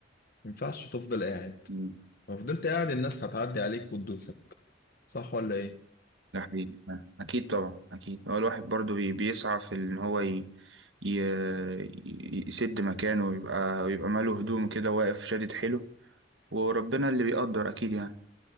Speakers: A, on the left; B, on the right.
A: ينفعش تفضل قاعد
B: مم.
A: لو فضلت قاعد الناس هتعدي عليك وتدوسك صح ولا إيه؟
B: ده حقيقي اكيد طبعا اكيد هو الواحد برضه بي- بيسعى في ان هو ي... ي... ي- يسد مكانه ويبقى ويبقى ماله هدوم كده واقف شادد حيله وربنا اللي بيقدر اكيد يعني